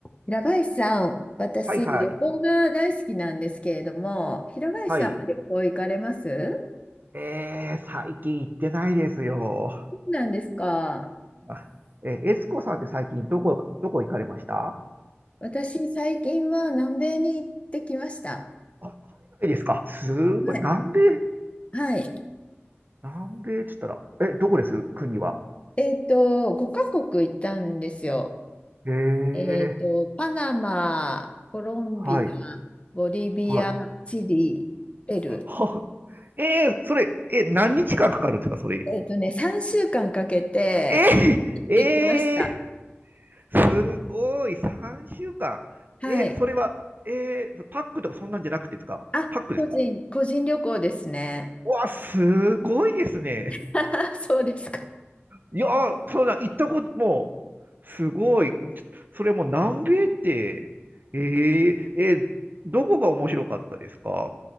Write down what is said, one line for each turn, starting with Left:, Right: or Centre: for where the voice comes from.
Left: 平林さん、私、
Right: はいはい。
Left: 旅行が大好きなんですけれども、平林さんは旅行行かれます
Right: はい。えー、最近行ってないですよ。
Left: そうなんですか。
Right: あえー、エスコさんって最近どこ、どこ行かれました
Left: 私、最近は南米に行ってきました。
Right: あ、海外ですか。すごい。
Left: はい。
Right: 南米、
Left: はい。
Right: 南米って言ったら、え、どこです国は。
Left: えっと、5カ国行ったんですよ。
Right: えー、
Left: えっと、パナマ、コロンビア、
Right: はい。
Left: ボリビア、
Right: はい。
Left: チリ、ペル
Right: <laughs> は、えー、それ、え、何日間かかるんですか、それ。
Left: ー。えっとね、3週間かんかけて行ってきました。
Right: えー、えー、すごい。3週間。
Left: はい。
Right: え、それは、えー、パックとかそんなんじゃなくてですかパックですか
Left: あ、個人、個人旅行ですね。
Right: うわ、すごいですね。
Left: <laughs> そうですか。
Right: いやー、そうだ、行ったこと、もう、すごい。それも南米って、えー、えーどこが面白かったですか